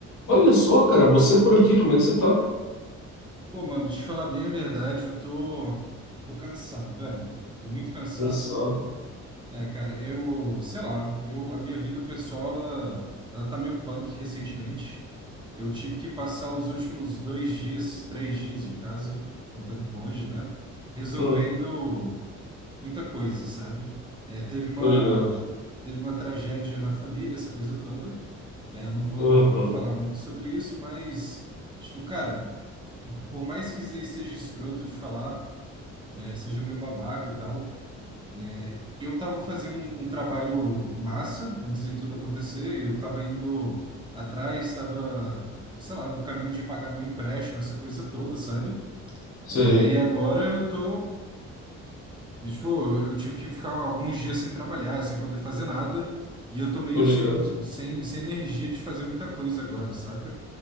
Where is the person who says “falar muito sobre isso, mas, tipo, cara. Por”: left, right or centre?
Right